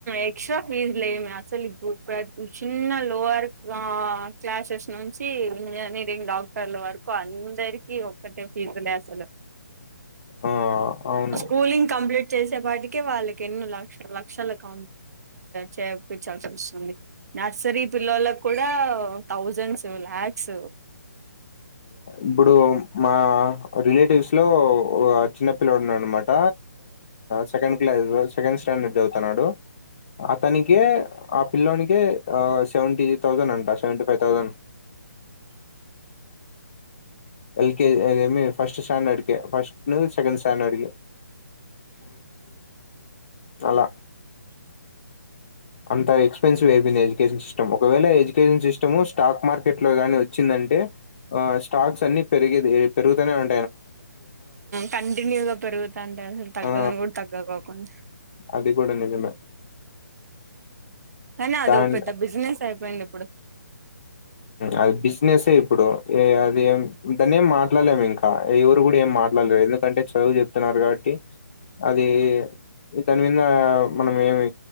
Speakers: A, on the right (about 60°); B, on the left (about 30°).
A: ఎక్స్ట్రా ఫీజ్ లేమి అసలు ఇప్పుడు చిన్న లోవర్ క్లాసెస్ ను నుంచి ఇంజనీరింగ్ డాక్టర్ల వరకు అందరికి ఒక్కటే ఫీజులే అసలు
B: ఆ అవును
A: స్కూలింగ్ కంప్లీట్ చేసే పాటికి అందుకే వాళ్ళకి ఎన్న లక్ష లక్షలు క చేపించాల్సి వస్తుంది నర్సరీ పిల్లళలకు కూడా థౌజండ్స్ లలాక్స్
B: ఇప్పుడు మా రిలేటివ్స్ లో చిన్నపిల్లడు ఉన్న అనమాట సెకండ్ క్లాస్ సెకండ్ స్టాం స్టాండర్డ్ చదువుతున్నాడు అతకే ఆ పిల్లోనికి సెవెంటీ థౌసండ్ అంటా సెవెంటీ ఫైవ్ థౌసండ్ ఎల్కేజీ అదేం ఫస్ట్ స్టాండర్డ్ క ఫస్ట్ ను సెకెండ్ స్టాండర్డ్ అలా అంత ఎక్స్పెన్సివ్ అయిపోయింది ఎడ్యుకేషన్ సిస్టమ్ ఒకవేళ ఎడ్యుకేషన్ సిస్టమ్ స్టాక్ మార్కెట్ లో గాని వ వచ్చిందంటే ఆ స్టాక్స్ అన్ని పెరిగ పెరుగుతనే ఉ
A: కంటిన్యూగా పెరుగుతా అంటే అసలు తగ్గదని
B: ఆ
A: కూడా తగ్గకోకుండా
B: అది కూడా నిజమే
A: కానీ అదో
B: దాన్
A: పెద్ద బిజినెస్ అయిపోయింది ఇప్పుడు
B: అది బిజినెస్ ఇప్పుడు అది దాన్న ఏం మాట్లాడలేము ఇంకా ఎవరు కూడా ఏం మాట్లాడలేరు ఎందుకంటే చదువు చెప్తున్నారు కాబట్టి అది దాని మీద మనం ఏమి